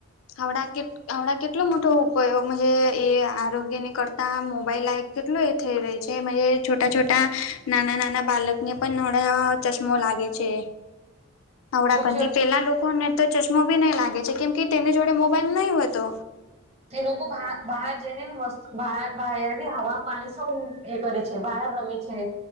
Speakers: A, on the left; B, on the right.
A: હાવડા કે હાવડા કેટલો મોટો ઉપયોગ મનજે એ આરોગ્યની કરતા મોબાઈલ લાઈક કેટલું એ થઈ રહી છે એ મનજે છોટા છોટા નાના નાના બાલકને પણ નડા ચશ્મા લાગે છે. આવળકથી
B: છો છ
A: પેલા લોકોને તો ચશ્માો બી નહી લાગે છે કેમ કે તેની જોડે મોબાઈલ નહી હોતો.
B: તે લોકો બહાર બહાર જઈને વસ્ત બહાર ની હવા પાણી સૌ એ કરે છે બહાર રમે છે.